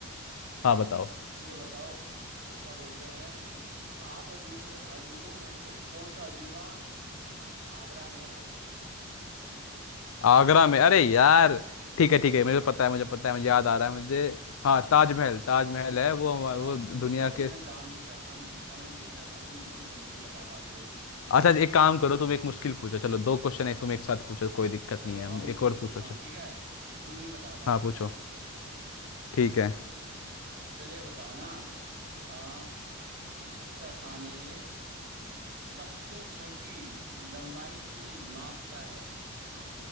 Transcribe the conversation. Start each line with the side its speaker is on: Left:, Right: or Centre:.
Left: हाँ बताओ
Right: ये बताओ क्या बोलते हैं सात अजूबे में अजूबों में से कौन सा अजूबा आगरा में है
Left: आगरा में अरे यार ठीक है ठीक है मुझे पता है मुझे पता है मुझे याद आ रहा है मुझे हाँ ताजमहल ताजमहल है वो
Right: अरे
Left: हमा-
Right: यार
Left: वो
Right: ये तो
Left: दुनिया
Right: चलो मैंने
Left: के
Right: जानबूझ के आसान पूछा मैं देख रहा था कि तुम कितनी जल्दी बता पाते हो
Left: अच्छा एक काम करो तुम एक मुश्किल पूछो चलो दो क्वेश्चन एक तुम एक साथ पूछो कोई दिक्कत
Right: चलो
Left: नहीं है
Right: अब मुझसे
Left: एक और
Right: पूछता
Left: पूछो
Right: हूँ
Left: चल
Right: ठीक है तुम नहीं बता पाओगे
Left: हाँ पूछो
Right: पर
Left: ठीक है
Right: चलिए बताओ ना आ, सबसे आसान है ये सबसे छोटी लंबाई की माप क्या है